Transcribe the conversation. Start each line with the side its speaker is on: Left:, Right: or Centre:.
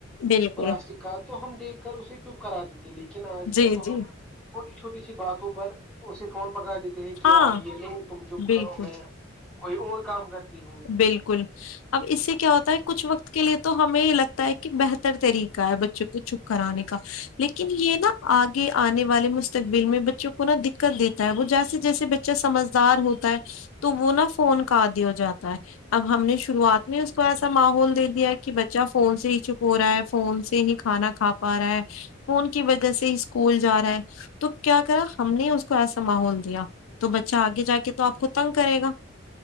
Left: بالکل
Centre: پلاسٹک کا تو ہم دیکھ کر اسے چپ کراتے تھے لیکن آج
Left: جی
Centre: کل تو
Left: جی
Centre: ہم چھوٹی چھوٹی سی باتوں پر اسے فون پکڑا دیتے ہیں کہ
Left: ہاں
Centre: آپ یہ لو تم چپ
Left: بالکل
Centre: کرو میں کوئی اور کام کرتی ہو
Left: بالکل اب اس سے کیا ہوتا ہے کچھ وقت کے لیے تو ہمیں یہ لگتا ہے کہ بہتر طریقہ ہے بچوں کو چپ کرانے کا لیکن یہ نا آگے آنے والے مستقبل میں بچوں کو نا دقت دیتا ہے وہ جیسے جیسے بچ چے سمجھدار ہوتا ہے تو وہ نا فون کا عادی ہو جاتا ہے اب ہم نے شروعات میں اس کو ایسا ماحول دے دیا ہے کہ بچہ فون سے ہی چپ ہو رہا ہے فون سے ہی کھانا کھا پا رہا ہے فون کی وجہ سے ہی اسکول جا رہا ہے تو کیا کرا ہم نے اس کو ایسا ماحول دیا تو بچہ آگے جا کے تو آپ کو تنگ کرے گا